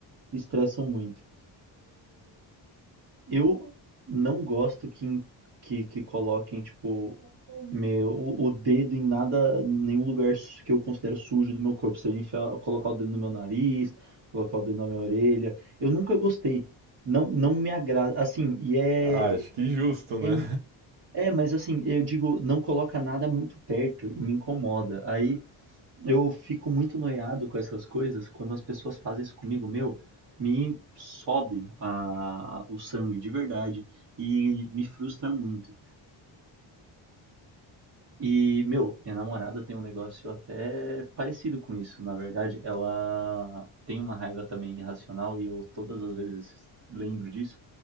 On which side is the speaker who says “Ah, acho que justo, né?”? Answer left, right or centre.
Right